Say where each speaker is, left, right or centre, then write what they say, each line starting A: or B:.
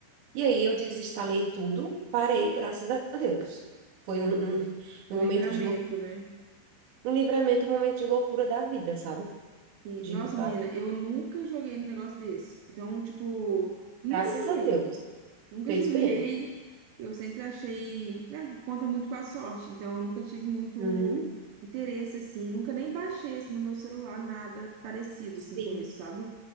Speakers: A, on the right; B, on the right.
A: E aí eu desinstalei tudo, parei, graças a Deus. Foi um, um,
B: Um
A: um momento
B: livramento,
A: de, lou-
B: né?
A: um livramento, um momento de loucura da vida, sabe?
B: Sim.
A: Digo,
B: Nossa, menina,
A: ah,
B: eu nunca joguei num negócio desse. Então, tipo, nunca
A: graças
B: joguei.
A: a Deus,
B: Nunca
A: fez
B: <laughs> joguei.
A: bem.
B: Eu sempre achei, ah, que conta muito com a sorte. Então, eu nunca tive muito
A: Uhum.
B: interesse, assim. Nunca nem baixei, assim, no meu celular nada parecido,
A: Sim.
B: assim, com isso, sabe?